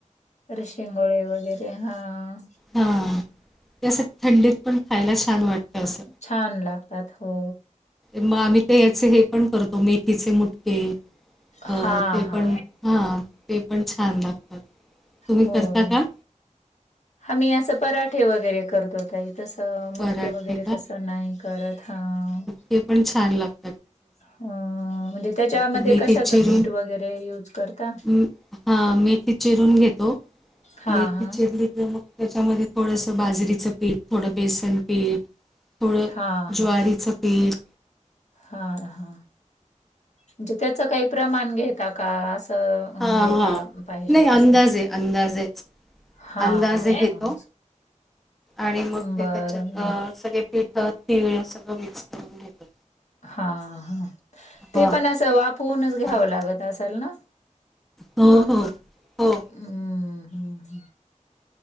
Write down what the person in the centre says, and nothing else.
हा ते असं थंडीत पण खायला छान वाटतं असं.
मग आम्ही ते याचे हे पण करतो मेथीचे मुटके
अ ते
पण हा ते पण छान लागतात तुम्ही
करता का?
पराठे
ते पण छान लाग
ते मेथी
चिरून
म- हा मेथी चिरून घेतो
मेथी
चिरली तर मग त्याच्यामध्ये थोडसं बाजरीचं पीठ, थोडं बेसन पीठ. थोडं
ज्वारीचं पीठ.
हां..
हा..
नाही
अंदाजे आहे अंदाजेच.
अंदाजे
घेतो आणि मग ते
त्याच्यात सगळे पीठ त्यात तीळ सगळं मिक्स करून घेतो.
हां
आणि
हो हो हो